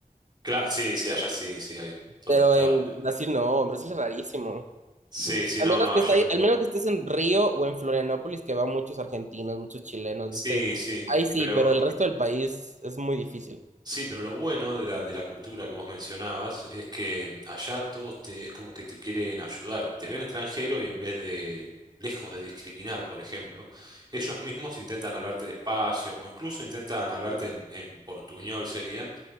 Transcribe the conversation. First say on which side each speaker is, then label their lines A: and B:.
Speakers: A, on the right; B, on the right.
A: Cla- sí, sí, allá sí, sí, hay un montón
B: Pero
A: de estados.
B: en
A: que-
B: Brasil no, en Brasil es rarísimo.
A: Sí, sí,
B: Al
A: no,
B: menos
A: no,
B: que
A: allá
B: está ahí-
A: muy
B: al
A: poco.
B: menos que estés en Río o en Florianópolis, que van muchos argentinos, muchos chilenos,
A: Sí,
B: ¿viste?
A: sí,
B: Ahí sí,
A: pero
B: pero el resto del país es muy difícil.
A: sí, pero lo bueno de la, de la cultura que vos mencionabas es que allá todos te, es como que te quieren ayudar. Te ven extranjero y en vez de, lejos de discriminar, por ejemplo, ellos mismos intentan hablarte despacio o incluso intentan hablarte en, en portuñol, sería